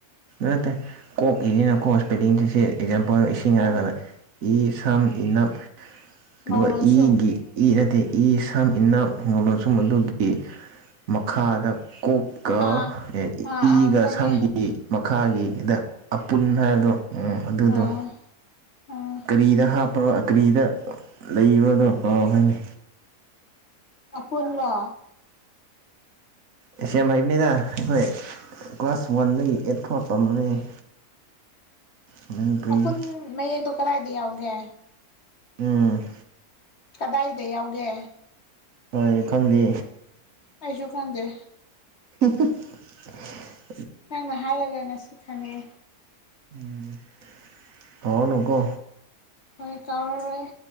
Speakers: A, on the right; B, on the left.
A: ꯅꯠꯇꯦ ꯀꯣꯛ ꯏꯔꯤꯅ ꯀꯣꯛ ꯁꯄꯦꯂꯤꯡꯁ ꯁꯤ ꯑꯦꯛꯖꯥꯝꯄꯜ ꯏꯁꯤꯡ
B: ꯑꯥ
A: ꯍꯥꯏꯔꯒꯅ ꯏ ꯁꯝ ꯏꯅꯞ ꯑꯗꯨꯒ
B: ꯉꯧꯂꯣꯟ
A: ꯏꯒꯤ
B: ꯁꯨꯝ
A: ꯏ ꯅꯠꯇꯦ ꯏ ꯁꯝ ꯏꯅꯞ ꯉꯧ ꯂꯣꯟꯁꯨꯝ ꯑꯗꯨꯒꯤ ꯃꯈꯥꯗ ꯀꯣꯛꯀ
B: ꯑꯥ ꯑꯥ
A: ꯏꯒ
B: ꯑꯥ ꯈꯪꯉꯦ
A: ꯁꯝꯒꯤ ꯃꯈꯥꯒꯤꯗ ꯑꯄꯨꯟ ꯍꯥꯏꯕꯗꯣ ꯑꯗꯨꯗꯣ
B: ꯑꯥ ꯑꯣ
A: ꯀꯔꯤꯗ ꯍꯥꯞꯄ ꯀꯔꯤꯗ ꯂꯩꯕꯗꯣ ꯀꯥꯎꯈ꯭ꯔꯦꯅꯦ
B: ꯑꯄꯨꯟꯂꯣ
A: ꯑꯦꯁ ꯑꯦꯝ ꯍꯩꯕꯅꯤꯅ ꯑꯩꯈꯣꯏ ꯀ꯭ꯂꯥꯁ ꯋꯥꯟꯗꯒꯤ ꯑꯦꯠ ꯐꯥꯎ ꯇꯝꯕꯅꯦ <unintelligible> ꯃꯅꯤꯄꯨꯔꯤꯁꯦ
B: ꯑꯄꯨꯟ ꯃꯌꯦꯛꯇꯣ ꯀꯗꯥꯏꯗ ꯌꯥꯎꯒꯦ
A: ꯎꯝ
B: ꯀꯗꯥꯏꯗ ꯌꯥꯎꯒꯦ
A: ꯍꯣꯏ ꯈꯪꯗꯦ
B: ꯑꯩꯁꯨ ꯈꯪꯗꯦ
A: <unintelligible>
B: ꯅꯪꯅ ꯍꯥꯏꯔꯒ ꯉꯁꯤ ꯈꯪꯉꯦ
A: ꯎꯝ ꯀꯥꯎꯔꯅꯨꯀꯣ
B: ꯍꯣꯏ ꯀꯥꯎꯔꯔꯣꯏ